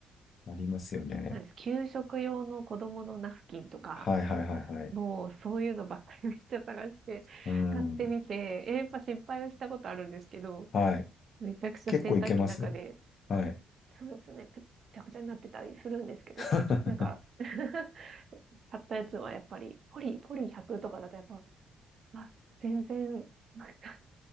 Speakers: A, on the left; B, on the right.
A: ありますよね。
B: なんです、給食用の子供のナフキンとか、
A: はいはいはいはい。
B: もうそういうのばっかりめっちゃ探して買ってみて、
A: うん。
B: えやっぱ失敗はしたことあるんですけど、
A: はい。
B: めちゃくちゃ洗濯機の中で、
A: 結構いけます。はい。
B: そうですね、くちゃくちゃになってたりするんですけど、
A: <laughs>
B: なんか <laughs> 買ったやつはやっぱり、ポリ、ポリ100とかだとやっぱ、あ、全然、なんか